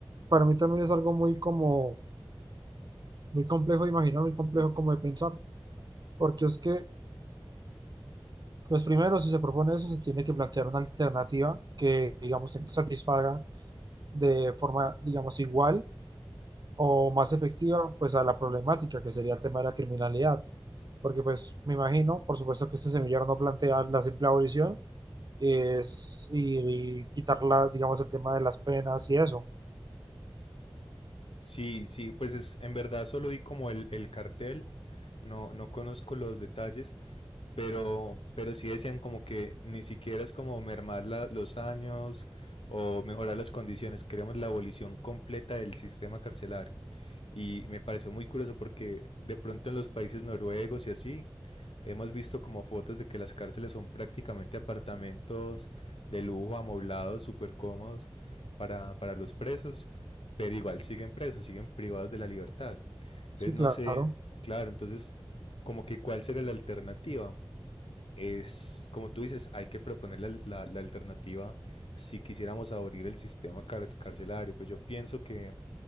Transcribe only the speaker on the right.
Para mí también es algo muy como, muy complejo de imaginar, muy complejo como de pensar, porque es que, pues primero, si se propone eso, se tiene que plantear una alternativa que, digamos, satisfaga de forma, digamos, igual o más efectiva pues a la problemática que sería el tema de la criminalidad. Porque pues me imagino, por supuesto que este semillero no plantea la simple abolición es, y, y quitarla, digamos, el tema de las penas y eso.
Sí,
claro.